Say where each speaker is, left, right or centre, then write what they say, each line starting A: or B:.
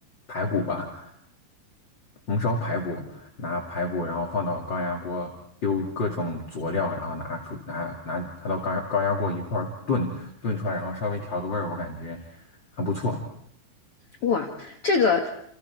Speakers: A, on the left; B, on the left.
A: 排骨吧，红烧排骨，拿排骨，然后放到高压锅，丢各种佐料，然后拿出拿拿拿到高压高压锅一块儿炖，炖出来，然后稍微调个味儿，我感觉还不错。
B: 哇，这个